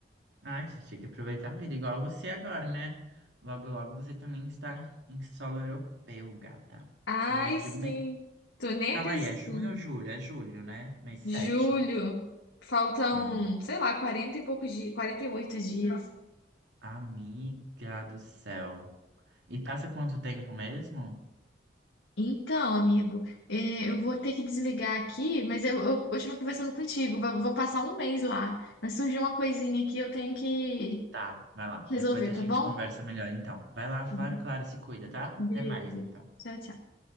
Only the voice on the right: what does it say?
Ai, gente, tem que aproveitar a vida, igual você agora, né? Logo, logo você também está em solo europeu, gata.
Daqui
um mês.
Calma
aí, é junho ou julho? É julho, né? Mês 7.
Hum.
Amiga do céu. E passa quanto tempo mesmo?
Tá, vai lá.
Depois a
gente
conversa melhor, então. Vai lá, claro,
claro, se cuida, tá?
Até mais, então.